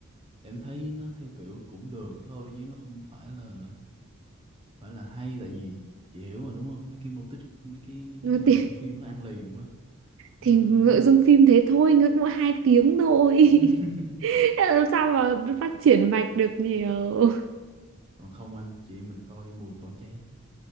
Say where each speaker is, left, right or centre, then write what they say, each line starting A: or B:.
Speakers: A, on the right; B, on the right.
A: em thấy nó theo kiểu cũng được thôi chứ nó không phải là phải là hay tại vì chị hiểu mà đúng không mấy cái mô típ mấy cái mấy
B: Nhưng mà
A: cái
B: <laughs>
A: nội
B: thì,
A: dung phim nó ăn liền quá
B: thì
A: nó nó
B: nội dung phim thế thôi Ngược mỗi hai tiếng thôi
A: <laughs>
B: <laughs> Làm sao mà phát triển mạch được nhiều
A: còn không anh chị em mình coi mùi cỏ cháy